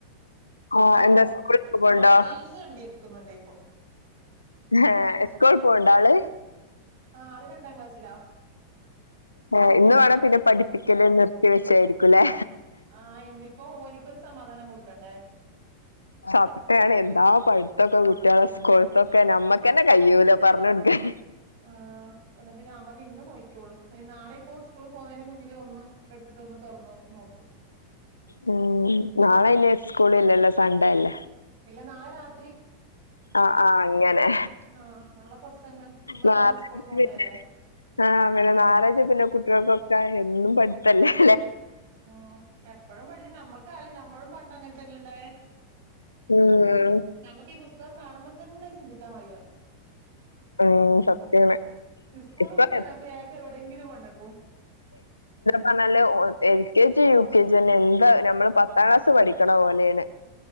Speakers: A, on the left (about 80°); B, on the right (about 55°).
A: ആ
B: ഇപ്പം
A: എന്താ സ്കൂള്ക്
B: ഫോൺ
A: പോവ്ണ്ടോ
B: റീൽസ് കണ്ടിരിക്കുന്നുണ്ട് ഇപ്പൊ
A: ഏ സ്കൂൾ പോവണ്ടോ ആള്
B: ആഹ് ആള് രണ്ടാം ക്ലാസ്സിലാ
A: ആ ഇന്ന് വേണേ പിന്നെ പഠിപ്പിക്കല് നിർത്തി വെച്ചായിരിക്കുല്ലേ.
B: ആ ഇന്നിപ്പോ ഹോനിക്കൊരു സമാധാനം കൊടുക്കണ്ടേ
A: സത്യാണ് എന്താ പടുത്തൊക്കെ കുട്ട് കുട്ട്യാളെ സ്കൂൾത്തൊക്കെ നമ്മക്കന്നെ കയ്യൂല പറഞ്ഞൊട്ക്കാൻ
B: ആ എന്നിട്ട് ഞാൻ പറഞ്ഞ് ഇന്ന് നോക്കോളൂ നാളെ ഇപ്പോ സ്കൂള പോുന്നതിന്റെ മുന്നിലേ ഒന്ന് എടുത്തിട്ടൊന്ന് തുറന്നു നോക്കും
A: മ്മ് നാളെ അയിന് സ്കൂള് ഇല്ലല്ലോ സൻഡേ അല്ലേ
B: ഇല്ല നാളെ രാത്രി
A: ആ ആഹ് ആങ്ങനെ
B: ആഹ് നാളെ കുറച്ച് സമയം മറ്റന്നാ
A: ഞാറാഴ്ച
B: സ്കൂള് പോണ്ടല്ലേ
A: പിന്നെ ആ ഞാറാഴ്ച കുട്ടികൾക്കൊ ആ എന്നും പഠിത്തം അല്ലേ
B: മ്മ് എപ്പോഴും പഠിച്ച് നമ്മക്കായാലും നമ്മളും പണ്ടങ്ങനെ തന്നെണ്ടായേ
A: ഉം
B: നമ്മുക്ക് ഈ പുസ്തകം കാണുമ്പോൾ തന്നെ ചിന്തിക്കാൻ വയ്യ
A: ഉം സത്യാണ്
B: സ്കൂൾ
A: ഇപ്പൊ
B: വിട്ട്കാണ്ട് ബാഗ് എവിടെങ്കിലും കൊണ്ട് വെക്കും
A: പറഞ്ഞാൽ എൽ കെ ജി യും യു കെ ജി തന്നെ എന്താ നമ്മൾ പത്താം ക്ലാസ് പഠിക്കണ പോലേണ്